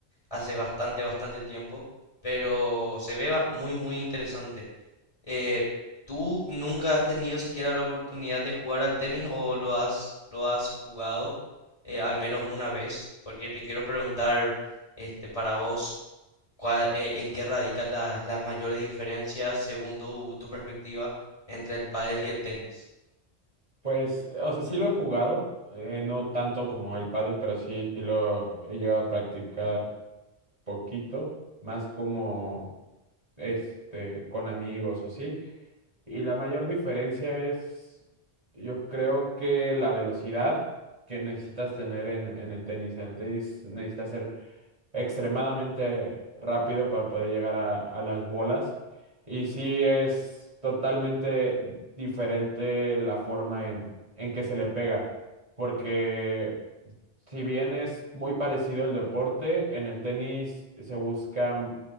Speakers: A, on the left; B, on the right.
A: hace bastante, bastante tiempo, pero se ve ba- muy, muy interesante. Eh, ¿tú nunca has tenido siquiera la oportunidad de jugar al tenis o lo has, lo has jugado eh, al menos una vez? Porque te quiero preguntar, este, para vos, cuál- eh, en qué radican las, las mayores diferencias según tu, tu perspectiva entre el pádel y el tenis.
B: Pues, o sea, sí lo he jugado, eh, no tanto como el pádel, pero sí, sí lo he llegado a practicar poquito, más como este, con amigos o sí. Y la mayor diferencia es, yo creo que la velocidad que necesitas tener en, en el tenis. En el tenis necesitas ser extremadamente rápido para poder llegar a, a las bolas. Y sí es totalmente diferente la forma en, en que se le pega. Porque si bien es muy parecido el deporte, en el tenis se busca